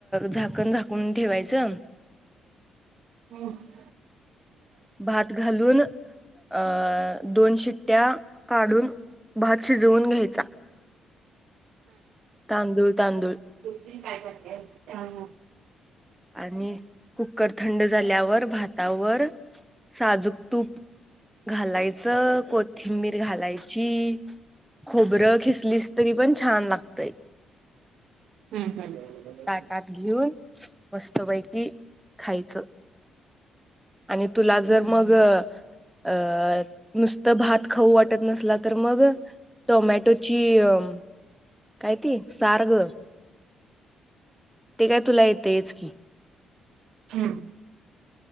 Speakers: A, in the centre; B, on the right.
A: झाकण झाकून ठेवायचं...
B: हम्...
A: भात घालून.. अ दोन शिट्ट्या काढून भात शिजवून घ्यायचा... तांदूळ तांदूळ..
B: काय कर..
A: आणि कुकर थंड झाल्यावर भातावर... साजूक तूप घालायचं कोथिंबीर... घालायची.. खोबरं खिसलीस तरी पण छान लागतय...
B: ह हा...
A: हात घेऊन मस्त पैकी खायच.... आणि तुला जर
B: हम्म
A: मग.. अ नुसतं भात खाऊ वाटत नसला तर मग... टोमॅटोची अ काय ते सार ग... ते काय तुला येतंयच की....
B: हम्म